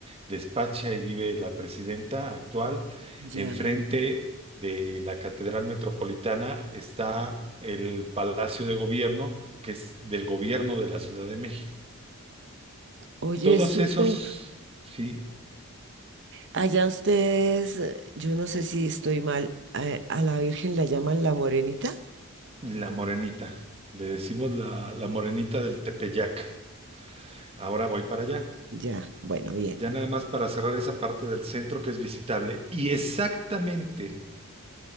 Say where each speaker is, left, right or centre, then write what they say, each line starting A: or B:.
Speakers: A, on the right (about 25°); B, on the right (about 55°).
A: despacha y vive la presidenta actual.
B: Ya.
A: Enfrente de la Catedral Metropolitana está el Palacio de Gobierno, que es del gobierno de la Ciudad de México.
B: Oye,
A: Todos
B: súper.
A: esos, sí,
B: Allá ustedes, eh, yo no sé si estoy mal, eh, a la Virgen la llaman la morenita.
A: la morenita. Le decimos la, la morenita del Tepeyac. Ahora voy para allá.
B: Ya, bueno, bien.
A: Ya nada más para cerrar esa parte del centro que es visitable. Y exactamente